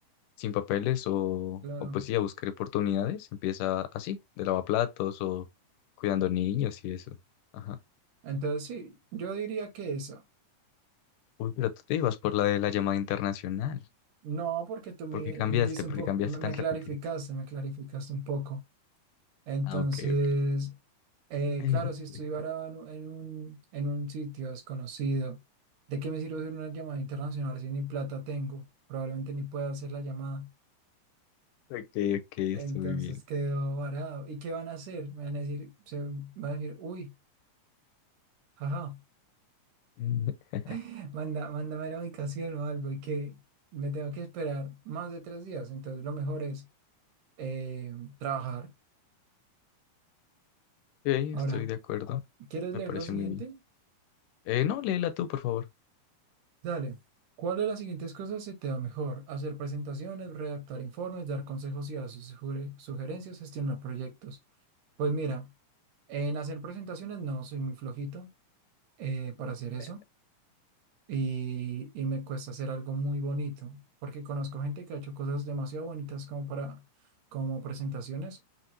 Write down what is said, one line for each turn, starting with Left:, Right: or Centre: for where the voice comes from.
Left: sin papeles o,
Right: claro.
Left: o pues sí, a buscar oportunidades. Empieza así, de lavaplatos o cuidando niños y eso. Ajá.
Right: Entonces sí, yo diría que esa.
Left: Uy, pero tú te ibas por la de la llamada internacional.
Right: No, porque tú me
Left: ¿Por qué cambiaste?
Right: dices
Left: ¿Por
Right: un poco,
Left: qué cambiaste
Right: me,
Left: tan
Right: me
Left: repentino?
Right: clarificaste, me clarificaste un poco. Entonces,
Left: Ah, ok, ok.
Right: eh,
Left: <laughs>
Right: claro, si estoy varado en un, en un en un sitio desconocido, ¿de qué me sirve hacer una llamada internacional si ni plata tengo? Probablemente ni pueda hacer la llamada.
Left: Ok, ok, estoy
Right: Entonces
Left: muy bien.
Right: quedo varado. ¿Y qué van a hacer? Me van a decir, se van a decir, uy, jaja,
Left: Mm, Ok,
Right: <laughs> manda, mándame la ubicación o algo y que me tengo que esperar más de tres días. Entonces, lo mejor es eh, trabajar.
Left: estoy
Right: Ahora,
Left: de acuerdo.
Right: ¿quieres
Left: Me
Right: leer
Left: parece
Right: lo siguiente?
Left: muy bien. Eh, no, léela tú, por favor.
Right: Dale. ¿Cuál de las siguientes cosas se te da mejor? Hacer presentaciones, redactar informes, dar consejos y dar sus- sugere- sugerencias, gestionar proyectos. Pues mira, en hacer presentaciones no soy muy flojito eh,
Left: Mm.
Right: para hacer eso
Left: Eh,
Right: y, y me cuesta hacer algo muy bonito porque conozco gente que ha hecho cosas demasiado bonitas como para como presentaciones